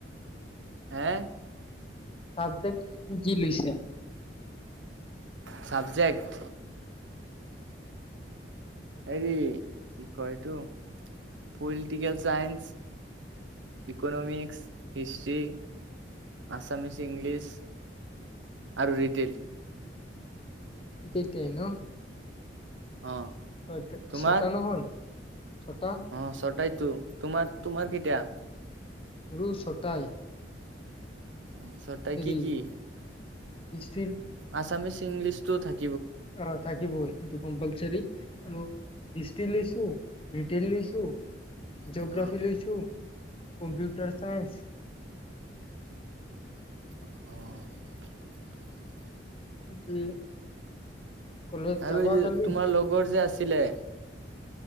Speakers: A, on the right; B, on the left.
A: হে!
B: চাবজেক্ট কি কি লৈছা?
A: চাবজেক্ট। হেৰি, কি কয় এইটো political science, economics, history, Assamese, English. আৰু ৰিটেইল।
B: বিতেই ন?
A: অ
B: হয়,
A: তোমাৰ
B: ছটা নহয়? ছটা
A: অ', ছটাইতো। তোমাৰ? তোমাৰ কেইটা?
B: মোৰো ছটাই।
A: অ', ছটাই
B: হেৰি
A: কি কি?
B: <unintelligible>
A: আচামিছ, ইংলিছ টো থাক
B: অ', থাকিবই সেইটো কম্পালচাৰি আৰু হিষ্ট্ৰী লৈছো, ৰিটেল লৈছ আৰু জগ্ৰাফি
A: অ অ
B: লৈছো কম্পিউটাৰ চাইেন্ঞ্চ <unintelligible>
A: অহ।
B: <unintelligible>
A: আৰু
B: যাবা
A: এই যে
B: কালি
A: তোমাৰ লগৰ যে আছিলে।।